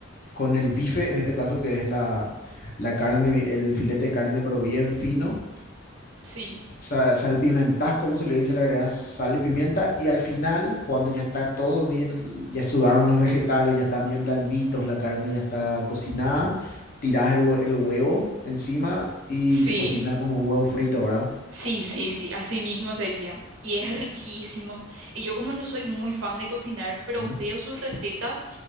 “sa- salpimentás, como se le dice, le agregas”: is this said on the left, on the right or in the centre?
Left